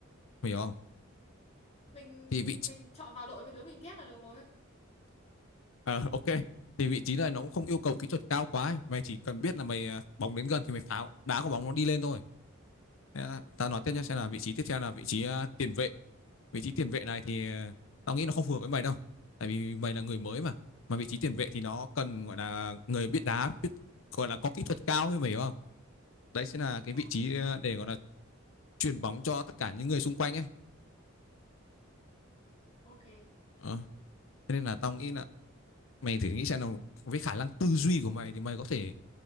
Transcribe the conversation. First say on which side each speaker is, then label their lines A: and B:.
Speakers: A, on the left; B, on the left.
A: mày hiểu không
B: Mình
A: thì vị
B: mình chọn vào đội với đứa mình ghét là được rồi.
A: Ờ, uh, ok thì vị trí này nó cũng không yêu cầu kỹ thuật cao quá ấy. mày chỉ cần biết là mày à, bóng đến gần thì mày phá đá quả bóng nó đi lên thôi Thế, à, tao nói tiếp
B: À,
A: nhé xem là vị trí tiếp theo là vị trí à, tiền vệ vị trí tiền vệ này thì ờ, tao nghĩ nó không phù hợp với mày đâu tại vì mày là người mới mà mà vị trí tiền vệ thì nó cần gọi là người biết đá biết gọi là có kỹ thuật cao ấy mày hiểu không đấy sẽ là cái
B: rồi,
A: vị trí ờ, để gọi là truyền bóng cho tất cả những người xung quanh ấy
B: ok.
A: Ờ, thế nên là tao nghĩ là mày thử nghĩ xem là với khả năng tư duy của mày thì mày có thể